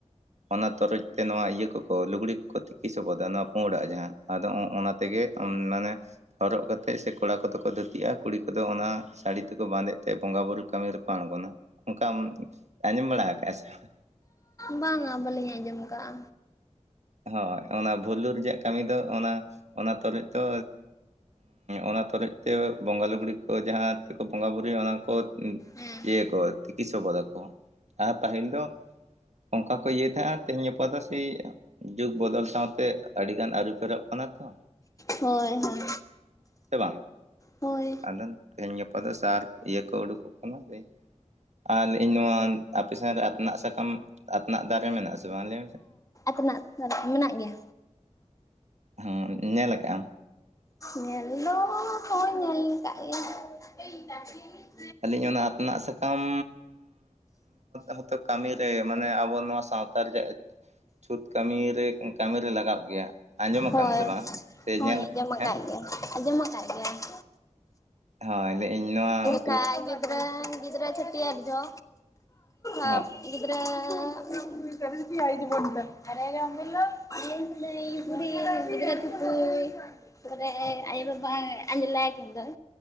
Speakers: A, on the right; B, on the left.
A: ᱚᱱᱟ ᱛᱚᱨᱚᱡ ᱛᱮ ᱱᱚᱣᱟ ᱤᱭᱟᱹ ᱠᱚᱠᱚ ᱞᱩᱜᱽᱲᱤ ᱠᱚ ᱠᱚ ᱛᱤᱠᱤ ᱥᱚᱵᱚᱫᱟ ᱱᱚᱣᱟ ᱯᱚᱸᱰᱟᱜ ᱡᱟᱦᱟᱸ ᱟᱫᱚ ᱚᱱᱟ ᱚᱱᱟ ᱛᱮᱜᱮ ᱢᱟᱱᱮ ᱦᱚᱨᱚᱜ ᱠᱟᱛᱮᱜ ᱥᱮ ᱠᱚᱲᱟ ᱠᱚᱫᱚ ᱠᱚ ᱫᱷᱩᱛᱤᱜᱼᱟ ᱠᱩᱲᱤ ᱠᱩᱫᱚ ᱚᱱᱟ ᱥᱟᱹᱲᱤ ᱛᱮᱠᱚ ᱵᱟᱸᱫᱮᱜ ᱛᱮ ᱵᱚᱸᱜᱟ ᱵᱩᱨᱩ ᱠᱟᱹᱢᱤ ᱨᱮᱠᱚ ᱟᱬᱜᱚᱱᱟ ᱚᱱᱠᱟ ᱟᱸᱡᱚᱢ ᱵᱟᱹᱲᱟ ᱠᱟᱜᱼᱟ ᱥᱮ ᱵᱟᱝ
B: ᱵᱟᱝᱟ ᱵᱟᱹᱞᱤᱧ ᱟᱸᱡᱚᱢ ᱟᱠᱟᱜᱼᱟ
A: ᱦᱳᱭ ᱚᱱᱟ ᱵᱷᱩᱞᱞᱩ ᱨᱮᱭᱟᱜ ᱠᱟᱹᱢᱤ ᱫᱚ ᱚᱱᱟ ᱚᱱᱟ ᱛᱚᱨᱚᱡ ᱫᱚ ᱚᱱᱟ ᱛᱚᱨᱚᱡ ᱛᱮ ᱵᱚᱸᱜᱟ ᱞᱩᱜᱽᱲᱤ ᱠᱚ ᱠᱚ ᱡᱟᱦᱟᱸ ᱛᱮᱠᱚ ᱵᱚᱸᱜᱟᱼᱵᱩᱨᱩᱭᱟ ᱚᱱᱟ ᱠᱚ
B: ᱦᱮᱸ
A: ᱤᱭᱟᱹᱠᱚ ᱛᱤᱠᱤ ᱥᱚᱵᱚᱫᱟᱠᱚ ᱟᱨ ᱯᱟᱹᱦᱤᱞ ᱫᱚ ᱚᱱᱠᱟ ᱠᱚ ᱤᱭᱟᱹᱭ ᱛᱟᱦᱮᱸᱜᱼᱟ ᱛᱮᱦᱮᱧ ᱜᱟᱯᱟ ᱫᱚ ᱥᱮᱭ ᱡᱩᱜᱽ ᱵᱚᱫᱚᱞ ᱥᱟᱶᱛᱮ ᱟᱹᱰᱤ ᱜᱟᱱ ᱟᱹᱨᱩ ᱯᱷᱮᱨᱚᱜ ᱠᱟᱱᱟ ᱛᱚ
B: ᱦᱳᱭ ᱦᱳᱭ
A: ᱥᱮ ᱵᱟᱝ
B: ᱦᱳᱭ
A: ᱟᱫᱚ ᱛᱮᱦᱮᱧ ᱜᱟᱯᱟ ᱫᱚ ᱥᱟᱨ ᱤᱭᱟᱹ ᱠᱚ ᱩᱰᱩᱠᱚᱜ ᱠᱟᱱᱟ ᱥᱮ ᱟᱨ ᱤᱧ ᱱᱚᱣᱟ ᱟᱯᱮᱥᱮᱱᱟ ᱨᱮ ᱟᱛᱱᱟᱜ ᱥᱟᱠᱟᱢ ᱟᱛᱱᱟᱜ ᱫᱟᱨᱮ ᱢᱮᱱᱟᱜ ᱟᱥᱮ ᱵᱟᱝ ᱞᱟᱹᱭ ᱢᱮᱥᱮ
B: ᱦᱚᱸ <unintelligible> ᱢᱮᱱᱟᱜ ᱜᱮᱭᱟ
A: ᱦᱚᱸ ᱧᱮᱞ ᱠᱟᱜ ᱟᱢ
B: ᱧᱮᱞ ᱫᱚ ᱦᱚᱸᱜ ᱚᱭ ᱧᱮᱞ <unintelligible>
A: ᱟᱹᱞᱤᱧ ᱚᱱᱟ ᱟᱛᱱᱟᱜ ᱥᱟᱠᱟᱢ ᱦᱚᱛᱚ ᱠᱟᱹᱢᱤ ᱨᱮ ᱢᱟᱱᱮ ᱟᱵᱚ ᱱᱚᱣᱟ ᱥᱟᱶᱛᱟ ᱨᱮᱭᱟᱜ ᱪᱷᱩᱸᱛ ᱠᱟᱹᱢᱤᱨᱮ ᱠᱟᱹᱢᱤᱨᱮ ᱞᱟᱜᱟᱜ ᱜᱮᱭᱟ ᱟᱸᱡᱚᱢ ᱟᱠᱟᱟᱢ
B: ᱦᱳᱭ
A: ᱥᱮ ᱵᱟᱝ ᱥᱮ
B: ᱦᱳᱭ
A: ᱧᱮᱞ
B: ᱟᱸᱡᱚᱢ ᱠᱟᱫ
A: ᱦᱮᱸ
B: ᱜᱮᱭᱟ ᱟᱸᱡᱚᱢ ᱠᱟᱫ ᱜᱮᱭᱟ ᱥᱮ
A: ᱦᱳᱭ ᱞᱟᱹᱭᱟᱹᱧ ᱱᱚᱣᱟ
B: ᱜᱤᱫᱽᱨᱟᱹ ᱜᱤᱫᱽᱨᱟᱹ ᱪᱷᱩᱴᱤ ᱦᱟᱨ ᱡᱚ ᱟ
A: ᱦᱚᱸ
B: <unintelligible> ᱜᱤᱫᱽᱨᱟᱹ <unintelligible> <unintelligible> ᱪᱤᱫᱨᱟ <unintelligible> ᱨᱮ ᱟᱭᱳ ᱵᱟᱵᱟ ᱟᱸᱡ ᱞᱟᱳ ᱟᱠᱤᱱ ᱫᱚᱭ